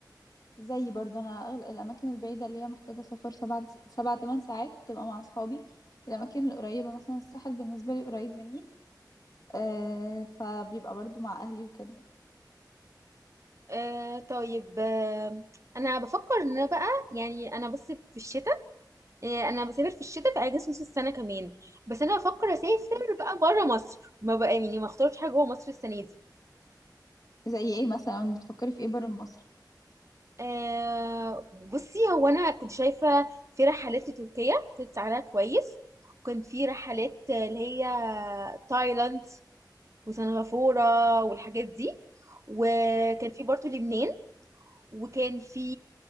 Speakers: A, on the left; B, on the right.
A: زي برضه انا أغل... الاماكن البعيده اللي هي محتاجه سفر سبع سبع تمن ساعات تبقى مع اصحابي الاماكن القريبه مثلا الساحل بالنسبه لي قريب مني آه فبيبقى برضه مع اهلي وكده
B: آه طيب آه انا بفكر ان أنا بقى يعني انا بس في الشتاء آه انا بسافر في الشتاء في اجازه نص السنه كمان بس انا بفكر اسافر بقى بره مصر ما بقى يعني ما اختارش حاجه جوه مصر السنه دي
A: زي ايه مثلا بتفكري في ايه بره مصر
B: آه بصي هو انا كنت شايفه في رحلات لتركيا كانت سعرها كويس وكان في رحلات اللي هي تايلاند وسنغافوره والحاجات دي وكان في برضه لبنان وكان في